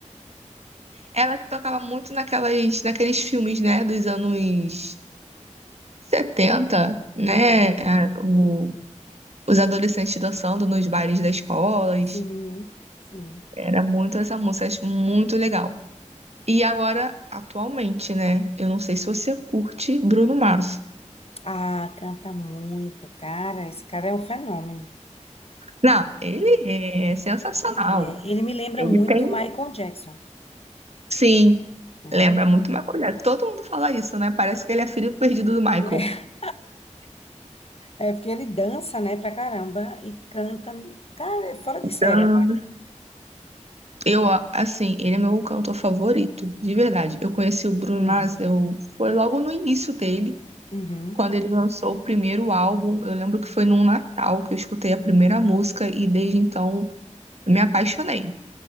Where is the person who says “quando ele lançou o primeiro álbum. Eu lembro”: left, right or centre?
Right